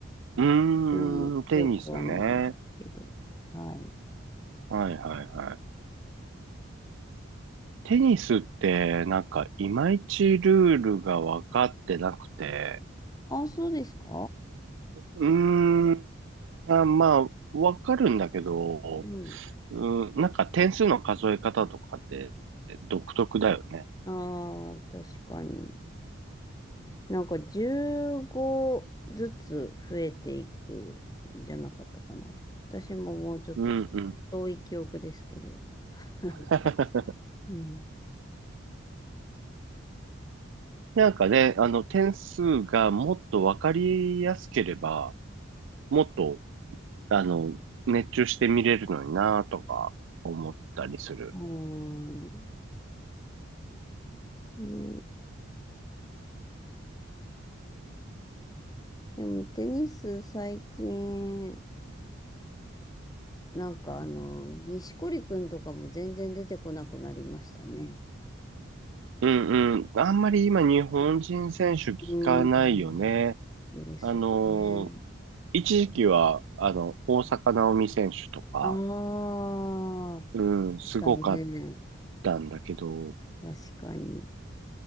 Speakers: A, on the right (about 65°); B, on the left (about 20°).
A: うーん、
B: に強くはないんですけど。
A: テニスね。
B: はい。
A: はいはいはい。テニスってなんかいまいちルールが分かってなくて、
B: あ、そうですか
A: うーん、あ、まあ、分かるんだけど、
B: うん。
A: うん、なんか点数の数え方とかって独特だよね。
B: ああ、確かに。なんか15ずつ増えていくんじゃなかったかな。私ももうちょっと
A: うんうん。
B: 遠い記憶ですけど。<laughs>
A: <laughs>
B: うん。
A: なんかね、あの点数がもっと分かりやすければ、もっと、あの、熱中して見れるのになとか思ったりする。
B: うーん。ね、でもテニス最近、なんかあの、錦織くんとかも全然出てこなくなりましたね。
A: うんうん。あんまり今日本人選手聞かないよね。
B: うーん。ですよね。
A: あのー一時期は、あの、大坂なおみ選手とか、
B: ああ、
A: うん、すごかっ
B: でしたね。
A: たんだけど、
B: 確かに。